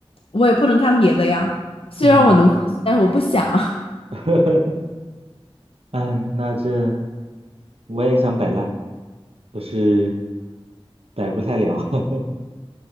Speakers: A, on the left; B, on the right.
A: 我也不能干别的呀。虽然我能复习，
B: 嗯，
A: 但是我不想。<laughs>
B: <laughs> 哎，那这我也想摆烂，可是摆不太了。<laughs>